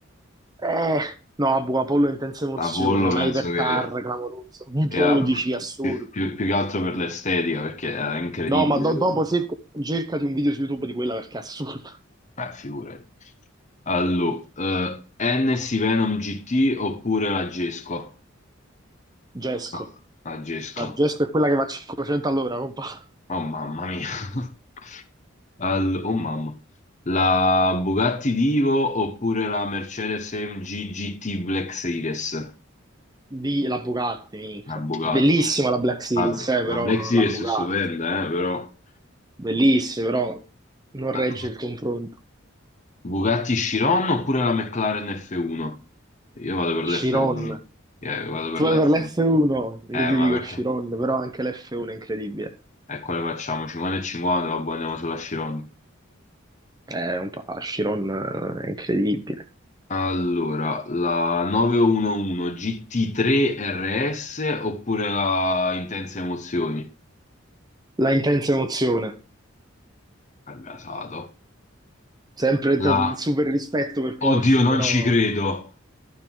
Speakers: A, on the right; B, on the left.
A: eh, no, boh, Apollo intensa emozione,
B: Apollo
A: un
B: penso
A: hypercar
B: che
A: clamoroso, V12
B: sia
A: assurdo.
B: più, più- più che altro per l'estetica, perché era incredibile.
A: No, ma do-
B: quello.
A: dopo cerca, cercati un video su YouTube di quella perché è assurdo.
B: Eh, figurati. Allora, eh, NS Venom GT oppure la Gesco?
A: Gesco.
B: Ah, La Gesco.
A: La Gesto è quella che va a 500 all'ora, compa.
B: Oh, mamma mia. <laughs> Al- oh mamma, la Bugatti Divo oppure la Mercedes AMG GT Black Series?
A: Di la Bugatti, minchia.
B: La Bugatti.
A: Bellissima la Black Series,
B: Ah,
A: eh,
B: la
A: però
B: Black Series
A: la Bugatti.
B: è stupenda, eh, però.
A: Bellissima, però non regge
B: Ah,
A: il confronto.
B: Bugatti Chiron oppure la McLaren F1? Io vado per l'F1.
A: Chiron.
B: Io vado per
A: Tu vai
B: l'F1.
A: per l'F1, io
B: Eh,
A: ti
B: ma
A: dico
B: perché?
A: Chiron, però anche l'F1 è incredibile.
B: E quale facciamo? 50 e 50, vabbè, andiamo sulla Chiron.
A: È un po', Chiron eh, è incredibile.
B: Allora, la 911 GT3 RS oppure la Intense Emozioni?
A: La intensa emozione.
B: Al gasato.
A: Sempre
B: La...
A: t- super rispetto per Porsche,
B: Oddio, non
A: però...
B: ci credo.